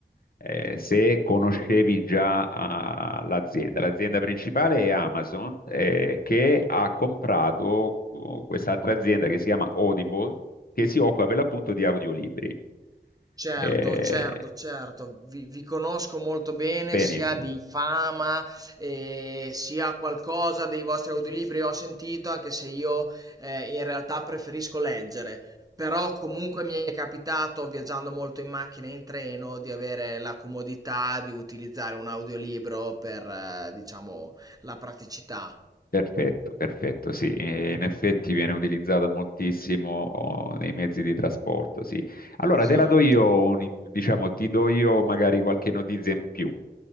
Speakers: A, on the left; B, on the right.
A: eh, se conoscevi già ah, l'azienda. L'azienda principale è Amazon, eh, che ha comprato oh, quest'altra azienda che si chiama Audible, che si occupa per l'appunto di audiolibri.
B: Certo,
A: Eh,
B: certo, certo, vi, vi conosco molto bene,
A: benissimo.
B: sia di fama, eh, sia qualcosa dei vostri audiolibri ho sentito, anche se io eh, in realtà preferisco leggere, però comunque mi è capitato, viaggiando molto in macchina e in treno, di avere la comodità di utilizzare un audiolibro per, eh, diciamo, la praticità.
A: Perfetto, perfetto, sì, Eh, in effetti viene utilizzata moltissimo oh, nei mezzi di trasporto, sì. Allora
B: Esatto,
A: te la do io, un- diciamo, ti do io magari qualche notizia in più.